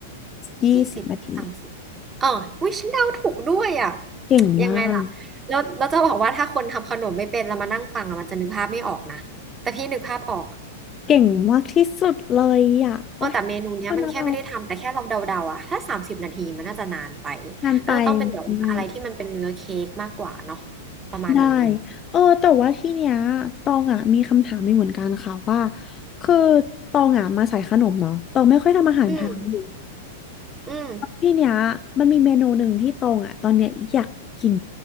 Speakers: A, on the left; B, on the right.
A: ยี่สิบนาที
B: ยี่สิบสามสิบเออวิฉันเดาถูกด้วยอ่ะ
A: เก่งมาก
B: ยังไงล่ะแล้วแล้วจะบอกว่าถ้าคนทำขนมไม่เป็นแล้วมานั่งฟังอ่ะมันจะนึกภาพไม่ออกนะแต่พี่นึกภาพออก
A: เก่งมากที่สุดเลยอ่ะโอ๊ย
B: เออแต่เมนูเนี้ยมันแค่ไม่ได้ทำแต่แค่เราเดาๆอ่ะถ้าสามสิบนาทีมันน่าจะนานไป
A: คนอะไรงานไป
B: น่าจะต้องเป็นแบบว่าอะไรที่มันเป็นเนื้อเค้กมากกว่าเนาะ
A: ไหม
B: ประมาณนี้
A: ได้เออแต่ว่าที่เนี้ย ตองอ่ะมีคำถามมีเหมือนกันค่ะว่า คือ ตองอ่ะมาสายขนมเนาะตองไม่ค่อยทำอาหารไทย
B: อืมอืม
A: ที่เนี้ย มันมีเมนูหนึ่งที่ตองอ่ะตอนเนี้ยอยากกิน